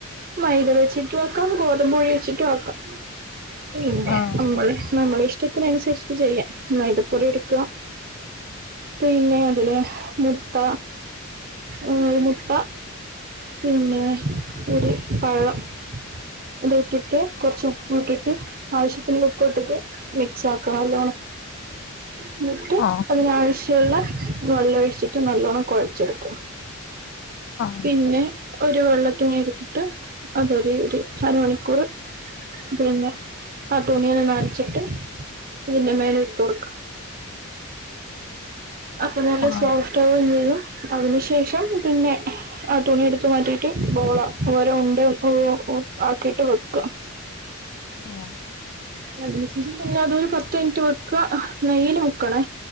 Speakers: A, on the right; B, on the left.
A: മൈദ വെച്ചിട്ട് വെക്കാം ഗോതമ്പൊഴിച്ചിട്ട് ആക്കാം ഇല്ലെ
B: ആഹ്
A: നമ്മളെ നമ്മളെ ഇഷ്- ഇഷ്ടത്തിനനുസരിച്ചി് ചെയ്യാം മൈദപ്പൊടി എടുക്കുക പിന്നെ അതില് മുട്ട കോഴിമുട്ട പിന്നെ ഒരു പഴം ഇത് ഇട്ടിട്ട് കൊറച്ച് ഉപ്പ് ഇട്ടിട്ട് ആവശ്യത്തിന് ഉപ്പ് ഇട്ടിട്ട് മിക്സ് ആക്കുക നല്ലോണം എന്നിട്ട്
B: ആഹ്
A: അതിനാവശ്യമുള്ള വെള്ളം ഒഴിച്ചിട്ട് നല്ലോണം കൊഴച്ചെടുക്കുവ
B: ആഹ്
A: പിന്നെ ഒരു വെള്ളത്തി- <unintelligible> ട്ട് അതൊരു ഒരു അര മണിക്കൂറ് പിന്നെ ആ തുണിയെല്ലാം നനച്ചിട്ട് ഇതിന്റെ മേലെ ഇട്ട് കൊടുക്കാം അപ്പംനല്ല
B: ആഹ്
A: സോഫ്ടാവും ചെയ്യും അതിനു ശേഷം പിന്നെ ആ തുണി എടുത്ത് മാറ്റിട്ട് ബോള ഓരോ ഉണ്ട ഉ ആക്കിട്ട് വെക്കുക
B: ആ
A: അ <unintelligible> പിന്നെ അതൊരു പത്ത് മിനിറ്റ് വെക്കുക നെയ്യില് മുക്കണേ